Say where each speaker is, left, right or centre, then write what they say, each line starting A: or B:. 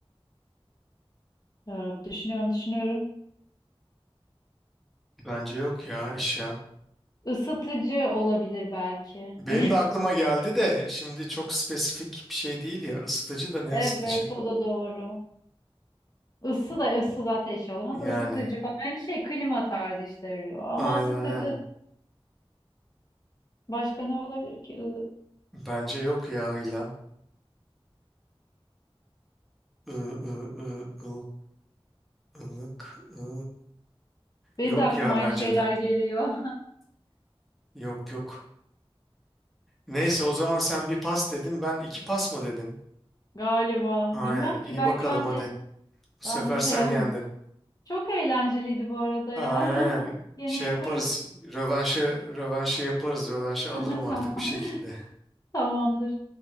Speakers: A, on the left (about 40°); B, in the centre.
A: eee, düşünüyorum düşünüyorum.
B: Bence yok ya eşya.
A: Isıtıcı olabilir belki.
B: Benim
A: <laughs>
B: de aklıma geldi de şimdi çok spesifik bir şey değil ya ısıtıcı da ne
A: Evet
B: ısıtıcı?
A: o da doğru. Isı da ısı zaten şey olamaz.
B: Yani
A: Isıtıcı falan. Aynı şey klima tarzı işte veriyor. Ama
B: aynen
A: ısıtıcı
B: aynen.
A: başka ne olabilir ki? I-
B: Bence yok yağıyla. I, ı, ı, ıl, ılık. ı.
A: Benim
B: Yok
A: de aklıma
B: ya
A: aynı
B: bence
A: şeyler
B: de.
A: geliyor. <laughs>
B: Yok yok. Neyse o zaman sen bir pas dedin ben iki pas mı dedim?
A: Galiba.
B: Aynen
A: Bilmem ki
B: iyi
A: belki
B: bakalım
A: ben
B: hadi.
A: de
B: Bu sefer
A: ben de şey
B: sen yendin.
A: <laughs> çok eğlenceliydi bu arada ya.
B: Aynen
A: <laughs> Gene
B: Şey
A: yaparız.
B: yaparız. Rövanşı, rövanşı yaparız. Rövanşı alırım
A: <laughs>
B: artık
A: Tamam.
B: bir şekilde.
A: Tamamdır.